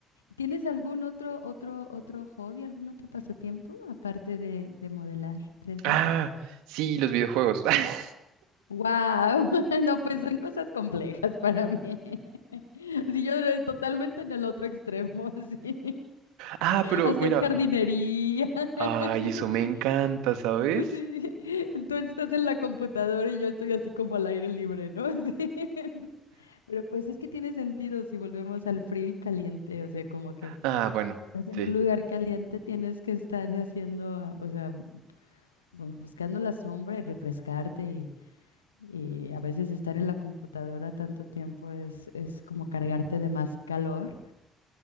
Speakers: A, on the left (about 90°); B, on the right (about 70°).
A: ¿Tienes algún otro, otro, otro hobby, algún otro pasatiempo aparte de, de modelar tres
B: Ah,
A: d
B: sí, los videojuegos. <laughs>
A: Wow. <laughs> No, pues son cosas complejas para mí. Sí, yo era totalmente en el otro extremo, <laughs> sí.
B: Ah, pero
A: Hacer
B: mira,
A: jardinería,
B: ay,
A: <laughs>
B: eso me
A: sí.
B: encanta, ¿sabes?
A: Sí. Entonces estás en la computadora y yo estoy así como al aire libre, ¿no? <laughs> Sí. Pero pues es que tiene sentido si volvemos al frío y caliente, o sea, como que
B: Ah, bueno,
A: estás en
B: sí.
A: un lugar caliente, tienes que estar haciendo, o sea, bu- buscando la sombra y refrescarte y, y a veces estar en la computadora tanto tiempo es, es como cargarte de más calor.